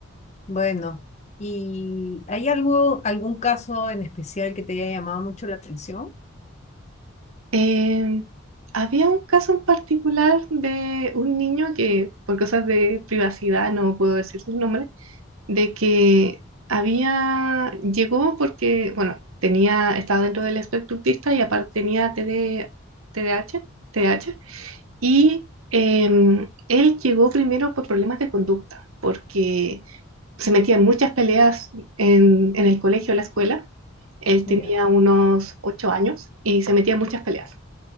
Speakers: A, on the left; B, on the right.
A: Bueno, ¿y hay algo, algún caso en especial que te haya llamado mucho la atención?
B: Eh, había un caso en particular de un niño que, por cosas de privacidad, no puedo decir su nombre, de que había, llegó porque, bueno, tenía, estaba dentro del espectro autista y aparte tenía TD, TDAH, TDAH, y em, él llegó primero por problemas de conducta, porque se metía en muchas peleas en, en el colegio, en la escuela. Él tenía
A: Ya.
B: unos ocho años y se metía en muchas peleas.